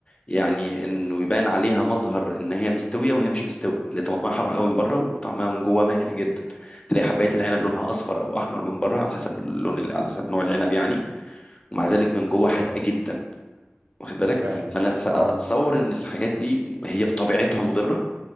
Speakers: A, on the left (about 25°); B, on the right (about 50°).
A: يعني انه يبان عليها مظهر ان هي مستويه وهي مش مستويه تلاقي طماطمها حمراء قوي من بره وطعمها من جوه مالح جدا تلاقي حبايه العنب
B: كده
A: لونها اصفر او احمر من بره على حسب اللون اللي على حسب نوع العنب يعني ومع ذلك من جوه
B: تمام.
A: حادقه جدا واخد بالك
B: فعلا
A: فانا فاتصور
B: اه
A: ان الحاجات دي هي بطبيعتها مضره